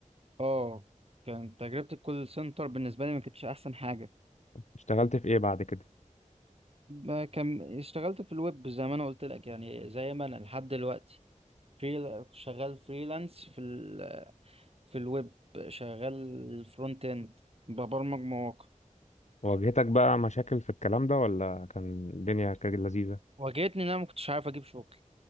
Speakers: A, on the right; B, on the left.
A: اه كانت تجربة الكول سنتر بالنسبة لي ما كانتش أحسن حاجة
B: اشتغلت في ايه بعد كده
A: ما كان اشتغلت في الويب زي ما انا قلت لك يعني زي ما انا لحد دلوقتي فريل... شغال فريلانس في ال... في الويب شغال فرونت اند ببرمج مواقع
B: واجهتك بقى مشاكل في الكلام ده ولا كان الدنيا كانت لذيذة
A: واجهتني ان انا ما كنتش عارف اجيب شغل